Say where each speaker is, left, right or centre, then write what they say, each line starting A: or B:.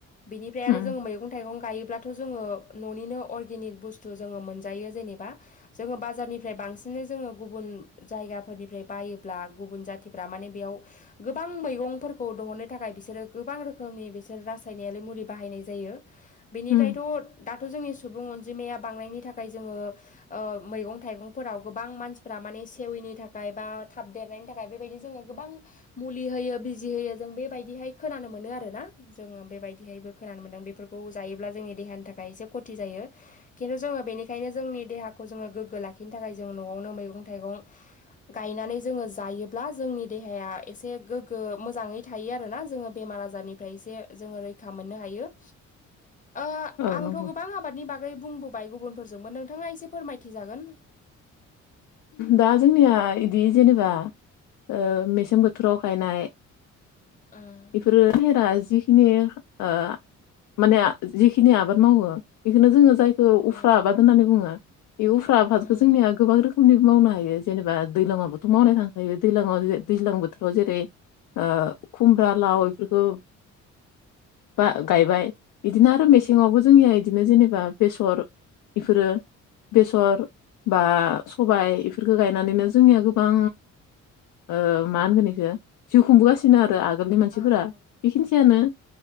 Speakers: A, on the left; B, on the left.
A: बिनिफ्राय
B: उम
A: आरो जोङो मैगं मैगं थाइगं गायोब्लाथ' जोङो न'निनो अरगेनिक बुस्थु जोङो मोनजायो जेनेबा जोङो बाजारनिफ्राय बांसिन जोङो गुबुन जायगाफोरनिफ्राय बायोब्ला गुबुन जाथिफ्रा माने बेयाव गोबां मैगंफोरखौ दिहुननो थाखाय बिसोरो गोबां रोखोमनि बिसोर रासायनारि मुलि बाहायनाय जायो बिनिफ्रायथ'
B: उम
A: दाथ' जोंनि सुबुं अनजिमाया बांनायनि थाखाय जोङो ओ मैगं थाइगंफोराव गोबां मानसिफ माने सेवैनि थाखाय बा थाब देरनायनि थाखाय बेबायदि जोङो गोबां मुलि होयो बिजि होयो जों बेबायदिहाय खोनानो मोनो आरो ना। जोङो बेबायदिहायबो खोनानो मोन्दों बेफोरखौ जायोब्ला जोंनि देहानि थाखाय एसे खथि जायो। खिन्थु जोङो बेनिखायनो जोंनि देहाखौ जोङो गोग्गो लाखिनो थाखाय जों न'आवनो मैगं थाइगं गायनानै जोङो जायोब्ला जोंनि देहाया एसे गोग्गो मोजाङै थायो आरोना जोङो बेमार आजारनिफ्राय एसे जोङो रैखा मोननो हायो‌।
B: <inaudible>
A: ओ
B: औ
A: आंथ'
B: नंगौ
A: गोबां आबादनि बागै बुंबोबाय गुबुनफोरजोंमोन नोंथाङा एसे फोरमायथिजागोन
B: दा जोंनिया बिदि जेनेबा ओ मेसें बोथोराव गायनाय
A: उम
B: बेफोरो <unintelligible> जिखिनि ओ माने जिेखिनि आबाद मावो बेखौनो जोङो जायो औ उफ्रा
A: उम
B: आबाद होननानै बुङो बे उफ्रा आबादखौ
A: उम
B: जोंनिया गोबां रोखोमै मावनो हायो जेनेबा दैलांवावबोथ' मावनाय थांखायो दैङाव दै्लां बोथोराव जेरै ओ खुमब्रा लाव बेफोरखौ बा गायबाय बिदिनो आरो मेसेंङावबो
A: उम
B: जोंनिया बिदिनो जेनेबा बेसर, बेफोरो बेसर बा सबाय इफोरखौ गायनानैनो जोंनिया गोबां ओ मा होनगोन बेखौ जिउ खुंबोगासिनो आरो आगोलनि मानसिफोरा
A: औ
B: बेखिनिसैयानो।
A: औ